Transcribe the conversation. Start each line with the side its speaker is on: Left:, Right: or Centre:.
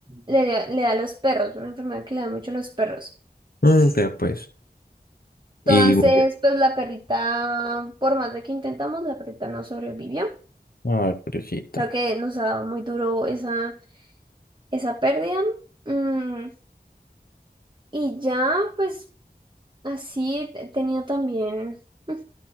Right: le da, le da a los perros, una enfermedad que le da mucho a los perros.
Left: Mm, vea pues. Y
Right: Entonces
Left: murió.
Right: pues la perrita, por más de que intentamos, la perrita no sobrevivió.
Left: Ay, pobrecita.
Right: Creo que nos ha dado muy duro esa, esa pérdida. Mm, y ya pues así he tenido también... <laughs>